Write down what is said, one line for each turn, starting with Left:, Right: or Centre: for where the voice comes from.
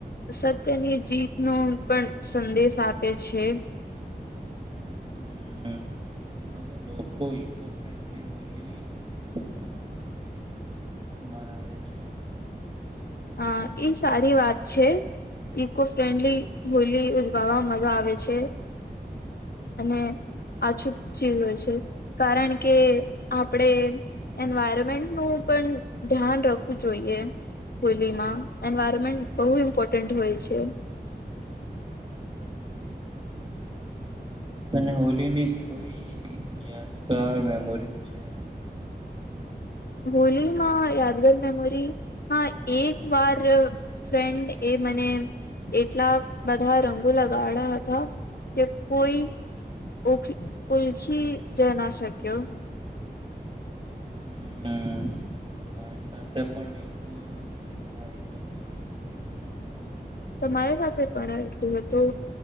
Left: સત્યની જીતનો પણ સંદેશ આપે છે.
Right: <inaudible>
Left: અ એ સારી વાત છે ઈકો ફ્રેન્ડલી હોલી ઉજવવામાં મજા આવે છે અને
Right: હમ
Left: આછુક ચીઝ હોય છે કારણ કે આપણે એન્વાયરમેન્ટનું પણ ધ્યાન રખવું જોઈએ. હોલીમાં
Right: હમ,
Left: એન્વાયરમેન્ટ બહું ઈ ઇમપર્ટ હોય છે.
Right: અને હોલીની કોઈ યાદગાર મેમોરી છે.
Left: હોલીમાં યાદગાર મેમોરી હ એક વાર ફ્રેન્ડ એ મને એટલા બધા રંગો લગાડયા હતા કે કોઈ ઓ ઓલખી જ ના શક્યો.
Right: હમ મારી સાથે પણ એવું થાય હતું.
Left: તમારા સાથે પણ એટલું હતું.